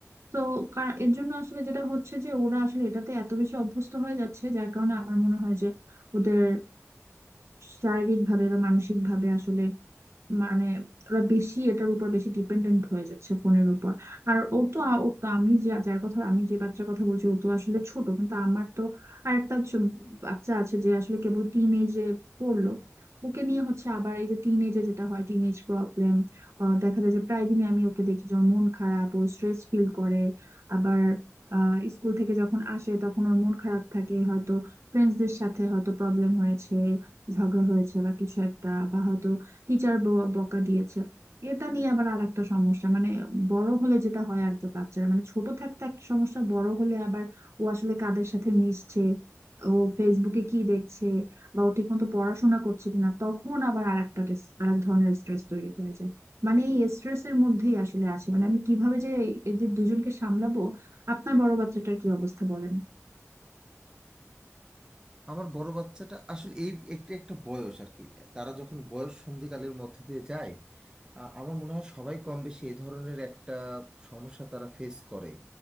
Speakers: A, on the right (about 60°); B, on the right (about 15°).
A: তো কার- এর জন্য আসলে যেটা হচ্ছে যে ওরা আসলে এটাতে এত বেশি অভ্যস্ত হয়ে যাচ্ছে যার কারণে আমার মনে হয় যে ওদের শারীরিক ভাবে বা মানসিক ভাবে আসলে মানে ওরা বেশি এটার উপর বেশি ডিপেন্ডেন্ট হয়ে যাচ্ছে ফোনের উপর আর ও তো আ- ও তো আমি যে যার কথা আমি যে বাচ্চার কথা বলছি ও তো আসলে ছোট কিন্তু আমার তো আরেকটা ছ- বাচ্চা আছে যে আসলে কেবল টিন এজে পড়লো ওকে নিয়ে হচ্ছে আবার এই যে টিন এজে যেটা হয় টিন এজ প্রবলেম দেখা যায় যে প্রায় দিনই আমি ওকে দেখি যে ওর মন খারাপ ও স্ট্রেস ফিল করে আবার স্কুল থেকে যখন আসে তখন ওর মন খারাপ থাকে হয়তো ফ্রেন্ডসদের সাথে হয়তো প্রবলেম হয়েছে ঝগড়া হয়েছে বা কিছু একটা বা হয়তো টিচার বকা দিয়েছে এটা নিয়ে আবার আর একটা সমস্যা মানে বড় হলে যেটা হয় আর কি বাচ্চারা মানে ছোট থাকতে একটা সমস্যা বড় হলে আবার ও আসলে কাদের সাথে মিশছে ও ফেসবুকে কি দেখছে বা ও ঠিক মতো পড়াশোনা করছে কিনা তখন আবার আর একটা আর এক ধরনের স্ট্রেস তৈরি হয়ে যায় মানে এই স্ট্রেসের মধ্যেই আসলে আছি মানে আমি কিভাবে যে এদের দুজনকে সামলাবো আপনার বড় বাচ্চাটার কি অবস্থা বলেন
B: আমার বড় বাচ্চাটা আসলে এই একটা একটা বয়স আর কি তারা যখন বয়স সন্ধিকালের মধ্যে দিয়ে যায় আহ, আমার মনে হয় সবাই কম বেশি এই ধরনের একটা সমস্যা তারা ফেস করে